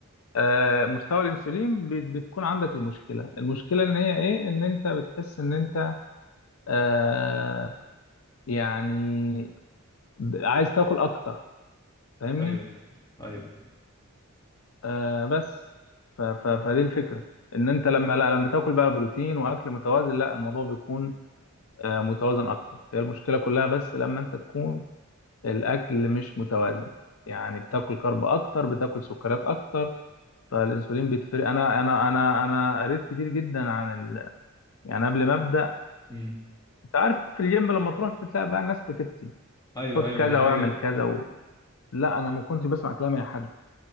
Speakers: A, on the left (about 70°); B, on the left (about 20°).
A: آه، مستوى الانسولين بت... بتكون عندك المشكلة المشكلة ان هي ايه ان انت بتحس ان انت آه، يعني ب- عايز تاكل اكتر فاهمني
B: ايوه ايوه
A: آه بس ف ف فدي الفكرة ان انت لما لا لما تاكل بقى بروتين واكل متوازن لا الموضوع بيكون آه متوازن اكتر هي المشكلة كلها بس لما انت تكون الاكل مش متوازن يعني بتاكل كرب اكتر بتاكل سكريات اكتر فالانسولين بيتفرق انا انا انا انا قريت كتير جدا عن ال... يعني قبل ما ابدا
B: مم.
A: انت عارف في الجيم لما تروح بتلاقي بقى الناس بتفتي
B: ايوه
A: خد
B: ايوه
A: كذا
B: دي حقيقة
A: واعمل كذا و... لا انا ما كنتش بسمع كلام اي حد